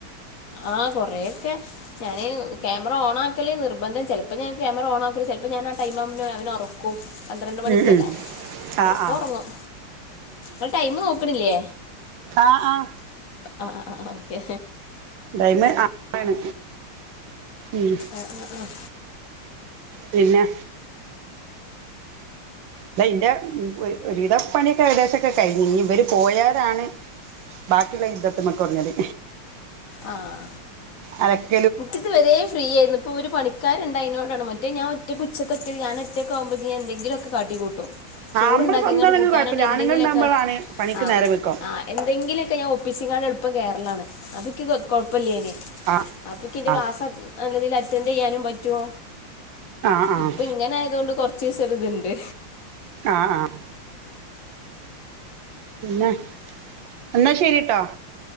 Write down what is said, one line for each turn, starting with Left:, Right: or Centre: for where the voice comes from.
Left: ആ കുറേക്കെ ഞാന് ക്യാമറ ഓണക്കല് നിർബന്ധം ചെൽപ്പ ഞാൻ ക്യാമറ ഓൺ ആക്കുല ചെൽപ്പ ഞാൻ ആടൈ ആവുംന് അവനെ ഒർ പന്ത്രണ്ട് മണിക്കല്ലേ
Right: ഉം ഉം
Left: ചെൽപ്പൊർങ്ങും
Right: ആ ആ
Left: ങ്ങൾ ടൈമ് നോക്കണില്ലേ
Right: ആഹ് ആഹ്
Left: ആ ആ ആ ഓക്കെ
Right: ടൈമ് <unintelligible> ആണ് ഉം
Left: ആഹ് ആഹ് ആഹ്
Right: പിന്നെ ല്ലാ ഇന്റെ ഒരുവിധപ്പണിയൊക്കെ ഏകദേശംക്കെ കഴിഞ്ഞു ഇനി ഇവര് പോയാലാണ് ബാക്കിള്ള യുദ്ധത്ത്മ്മക്കൊട്ങ്ങല്
Left: ആഹ്
Right: അതെക്ക്
Left: ഇത് വരെ ഫ്രീ ആയിരുന്നു ഇപ്പോ ഒരു പണിക്കാരുണ്ടായതിനോണ്ടാണ് മറ്റെ ഞാൻ ഒറ്റ ഉച്ചൊക്കെ ഒറ്റ ഞാൻ ഒറ്റക്കാകുമ്പോ എന്തെങ്കിലൊക്കെ കാട്ടിക്കൂട്ടും
Right: ആ
Left: ചോറണ്ടാക്കിങ്ങാണ്ട്
Right: നമ്മള് സ്വന്തമാണെങ്കിൽ
Left: കൂട്ടാനോണ്ട്
Right: കുഴപ്പമില്ല
Left: എന്തെങ്കിലൊക്കെ
Right: ആണുങ്ങൾ ഉണ്ടാകുമ്പോഴാണ് പണിക്ക്
Left: ആ
Right: നേരം വെക്കും
Left: ആ എന്തെങ്കിലുക്കെ ഞാൻ ഒപ്പിച്ചിങ്ങാണ്ട് എളുപ്പം കേറലാണ് അപ്പക്ക് കൊ കൊഴപ്പല്ലേന്
Right: ആഹ്
Left: അപ്പക്ക് എന്റെ
Right: ആഹ്
Left: ക്ലാസ് നല്ലതിൽ അറ്റൻഡ് ചെയ്യാനും പറ്റുവോ
Right: ആഹ് ആഹ്
Left: ഇപ്പൊ ഇങ്ങനെ ആയതൊണ്ട് കൊറച്ചീസം ഒരു ഇതുണ്ട്
Right: ആഹ് ആഹ് പിന്നെ എന്നാ ശരീട്ടോ